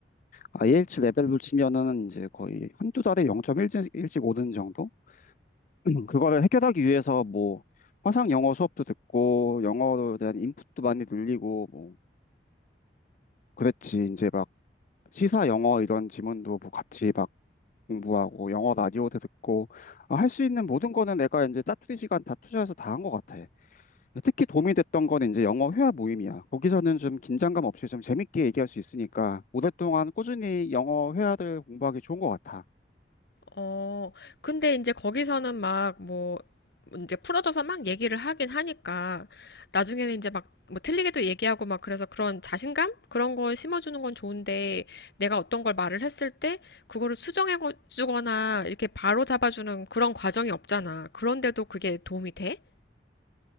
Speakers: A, on the left (about 45°); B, on the left (about 65°).
A: IH 레벨로 치면은 이제 거의 한두 달에 0.1씩 오는 정도? <clears throat> 그거를 해결하기 위해서 뭐 화상 영어 수업도 듣고 영어에 대한 인풋도 많이 늘리고 뭐 그랬지. 이제 막 시사 영어 이런 지문도 뭐 같이 막 공부하고 영어 라디오도 듣고 아, 할수 있는 모든 거는 내가 이제 짜투리 시간 다 투자해서 다 한 것 같아. 특히 도움이 됐던 건 이제 영어 회화 모임이야. 거기서는 좀 긴장감 없이 좀 재밌게 얘기할 수 있으니까 오랫동안 꾸준히 영어 회화를 공부하기 좋은 것 같아.
B: 어, 근데 이제 거기서는 막 뭐, 이제 풀어져서 막 얘기를 하긴 하니까, 나중에는 이제 막, 뭐 틀리게도 얘기하고 막 그래서 그런 자신감? 그런 걸 심어주는 건 좋은데, 내가 어떤 걸 말을 했을 때, 그거를 수정해주거나, 이렇게 바로 잡아주는 그런 과정이 없잖아. 그런데도 그게 도움이 돼?